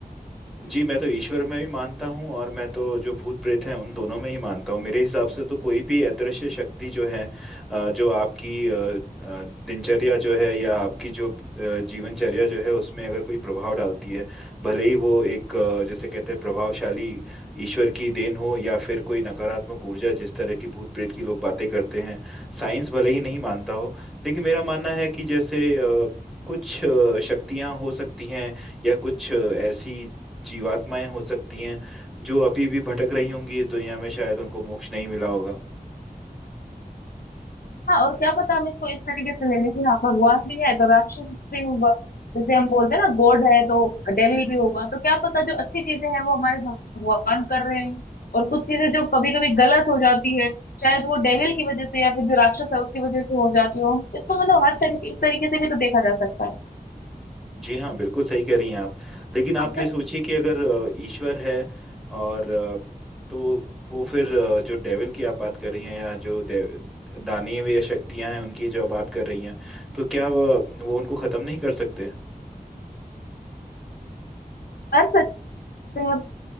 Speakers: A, in the centre; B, on the left.
A: जी मैं तो ईश्वर में भी मानता हूँ और मैं तो जो भूत प्रेत हैं उन दोनों में ही मानता हूँ मेरे हिसाब से तो कोई भी अदृश्य शक्ति जो है अ, जो आपकी अ, अ, दिनचर्या जो है या आपकी जो अ, जीवनचर्या जो है उसमें अगर कोई प्रभाव डालती है भले ही वो एक अ, जैसे कहते हैं प्रभावशाली ईश्वर की देन हो या फिर कोई नकारात्मक ऊर्जा जिस तरह की भूत प्रेत की लोग बातें करते हैं साइंस भले ही नहीं मानता हो लेकिन मेरा मानना है कि जैसे अ, कुछ अ, शक्तियां हो सकती हैं या कुछ अ, ऐसी जीवात्माएं हो सकती हैं जो अभी भी भटक रही होंगी इस दुनिया में शायद उनको मोक्ष नहीं मिला होगा
B: हाँ और क्या पता हम इसको इस तरीके से ले लें कि हाँ भगवान भी है तो राक्षस भी होगा जैसे हम बोलते हैं ना गॉड है तो डेविल भी होगा तो क्या पता जो अच्छी चीजें हैं वो हमारे भगवान कर रहे हो और कुछ चीजें जो कभी कभी गलत हो जाती है शायद वो डेविल की वजह से या फिर जो राक्षस है उसकी वजह से हो जाती हो इसको मतलब हर तरीके इस तरीके से भी तो देखा जा सकता है
A: जी हाँ बिल्कुल सही कह रही हैं आप लेकिन आप
B: अब
A: ये
B: तो
A: सोचिए कि अगर अ, ईश्वर है और अ, तो वो फिर अ, जो डेविल की आप बात कर रही हैं या जो दे- दानवीय या शक्तियां हैं उनकी जो आप बात कर रही हैं तो क्या वह वो उनको खत्म नहीं कर सकते
B: कर सकते हैं